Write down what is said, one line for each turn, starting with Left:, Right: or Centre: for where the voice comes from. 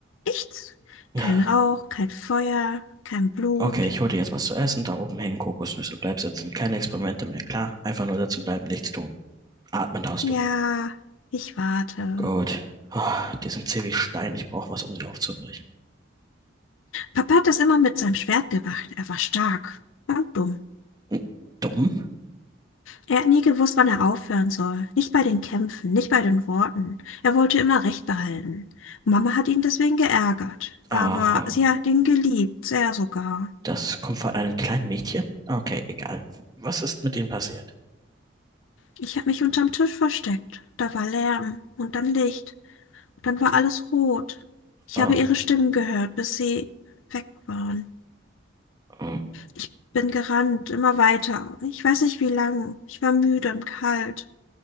Left: nichts.
Right: Ja.
Left: Kein Rauch, kein Feuer, kein Blut.
Right: Okay, ich hole dir jetzt was zu essen. Da oben hängen Kokosnüsse. Bleib sitzen. Keine Experimente mehr. Klar, einfach nur sitzen bleiben, nichts tun. Atmen darfst
Left: Ja,
Right: du.
Left: ich warte.
Right: Gut. Ah, die sind zäh wie Stein. Ich brauche was, um sie aufzubrechen.
Left: Papa hat das immer mit seinem Schwert gemacht. Er war stark und dumm.
Right: Hm, Dumm?
Left: Er hat nie gewusst, wann er aufhören soll. Nicht bei den Kämpfen, nicht bei den Worten. Er wollte immer Recht behalten. Mama hat ihn deswegen geärgert. Aber
Right: Aha.
Left: sie hat ihn geliebt, sehr sogar.
Right: Das kommt von einem kleinen Mädchen? Okay, egal. Was ist mit ihnen passiert?
Left: Ich habe mich unterm Tisch versteckt. Da war Lärm und dann Licht. Und dann war alles rot. Ich
Right: Ah,
Left: habe ihre Stimmen gehört, bis sie weg waren.
Right: hm.
Left: Ich bin gerannt, immer weiter. Ich weiß nicht wie lang. Ich war müde und kalt.